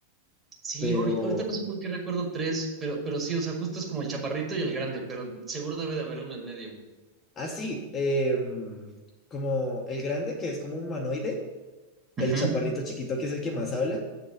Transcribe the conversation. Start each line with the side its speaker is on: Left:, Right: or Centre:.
Right: Sí,
Left: pero...
Right: ahorita, ahorita no sé por qué recuerdo tres, pero, pero sí, o sea, justo es como el chaparrito y el grande, pero seguro debe de haber uno en medio.
Left: Ah, sí, em, como el grande, que es como un humanoide,
Right: Ujú.
Left: el chaparrito chiquito, que es el que más habla.